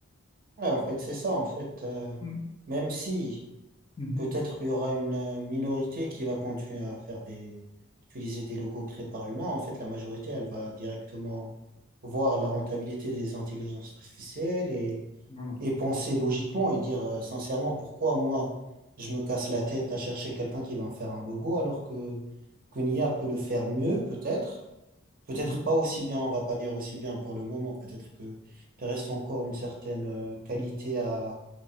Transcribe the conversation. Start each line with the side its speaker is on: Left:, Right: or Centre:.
Right: Ouais, en fait, c'est ça. En fait, euh,
Left: Mm.
Right: même si.
Left: Mhm.
Right: Peut-être il y aura une euh, minorité qui va continuer à faire des, utiliser des logos créés par l'humain. En fait, la majorité, elle va directement voir la rentabilité des intelligences artificielles et,
Left: Voilà.
Right: et penser logiquement et dire euh, sincèrement pourquoi moi je me casse la tête à chercher quelqu'un qui va me faire un logo alors que qu'une IA peut le faire mieux, peut-être. Peut-être
Left: Mhm.
Right: pas aussi bien, on va pas dire aussi bien pour le moment. Peut-être que il reste encore une certaine euh, qualité à